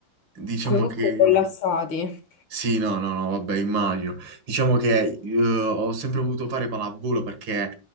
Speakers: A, on the right; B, on the left.
A: diciamo
B: con i muscoli
A: che...
B: collassati.
A: Sì, no, no, no, vabbè, immagino. Diciamo che eh, ho sempre voluto fare pallavolo perché